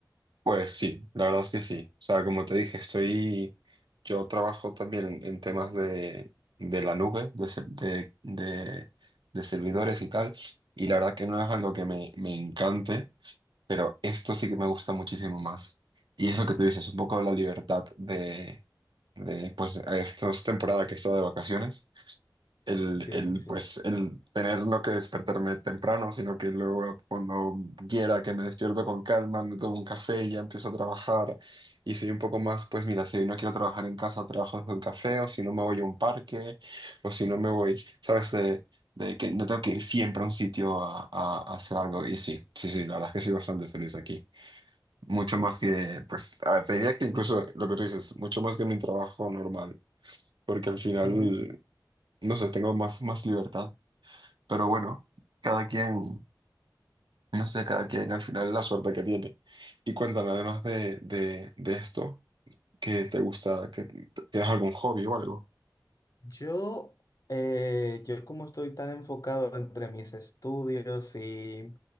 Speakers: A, on the right; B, on the left.
A: Pues sí, la verdad es que sí. O sea, como te dije, estoy, yo trabajo también en, en temas de, de la nube, de, se- de, de- de servidores y tal, y la verdad que no es algo que me, me encante, Pero esto sí que me gusta muchísimo más. Y es lo que tú dices, un poco la libertad de, de pues, esta temporada que he estado de vacaciones el,
B: Sí,
A: el,
B: sí.
A: pues, el tener no que despertarme temprano, sino que luego cuando quiera que me despierto con calma, me tomo un café y ya empiezo a trabajar. Y soy un poco más, pues mira, si no quiero trabajar en casa, trabajo desde un café, o si no me voy a un parque, o si no me voy, ¿sabes? De, de que no tengo que ir siempre a un sitio a, a- a hacer algo. Y sí, sí, sí, la verdad es que soy bastante feliz aquí. Mucho más que, pues, a ver, te diría que incluso lo que tú dices, mucho más que mi trabajo normal, porque al final,
B: Ujú.
A: no sé, tengo más, más libertad. Pero bueno, cada quien, no sé, cada quien al final la suerte que tiene. Y cuéntame, además de, de, de esto, ¿qué te gusta? que tienes algún hobby o algo?
B: Yo, eh, yo como estoy tan enfocado entre mis estudios y,